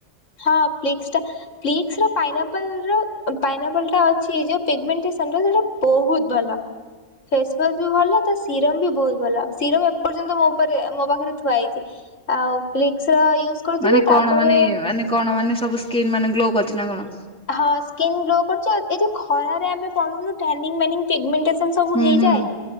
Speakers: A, on the left (about 85°); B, in the centre.
A: ହଁ ପ୍ଲିକ୍ସ ଟା ପ୍ଲିକ୍ସ ର ପାଇନାପଲ ର ପାଇନାପଲ ଟା ଅଛି ଯୋଉ ପିଗ୍ ମେଣ୍ଟସନ ର ସେଟା ବହୁତ୍ ଭଲ। ଫେସୱାସ ବି ଭଲ ତା ସିରମ ବି ବହୁତ୍ ଭଲ ସିରମ ଏପର୍ଯ୍ୟନ୍ତ ମୋ ଉପରେ ମୋ ପାଖରେ ଥୁଆ ହେଇଛି। ଆଉ ପ୍ଲିକ୍ସ ର ୟୁଜ୍ କରୁଥିଲି
B: ମାନେ
A: ତାପରେ
B: କଣ ମାନେ ମାନେ କଣ ମାନେ ସବୁ ସ୍କିନ୍ ମାନେ ଗ୍ଲୋ କରିଛି ନା କଣ?
A: ହଁ ସ୍କିନ୍ ଗ୍ଲୋ କରୁଛି ଆଉ ଏ ଯଉ ଖରାରେ ଆମେ ପଳଉନୁ ଟାଣିଂ ମାନିଂ ପିଗ୍ମେ ସେମିତି ସବୁ
B: ହୁଁ
A: ହେଇଯାଏ
B: ହୁଁ।